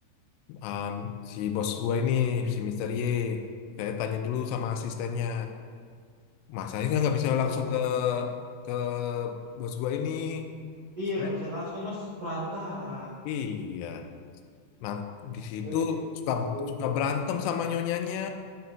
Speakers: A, on the left (about 85°); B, on the right (about 75°).
A: um, si bos gue ini si Mister Y saya tanya dulu sama asistennya masanya nggak nggak bisa
B: Oh,
A: langsung ke ke bos gue ini
B: iya
A: Saya-
B: nggak bisa langsung kan, Mas perantara.
A: iya nah di situ
B: Oh gitu.
A: suka suka berantem sama nyonyanya